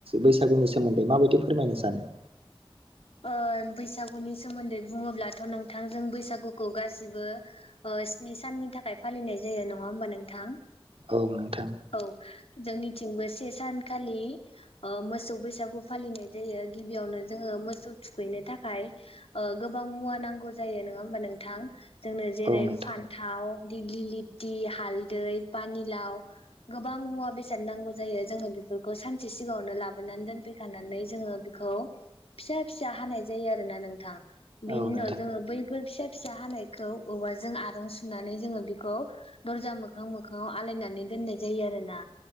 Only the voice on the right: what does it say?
बैसागुनि सोमोन्दै माबायदि फोरमायनो सानो नोंथां।
औ नोंथां
औ नोंथां
औ
नोंथां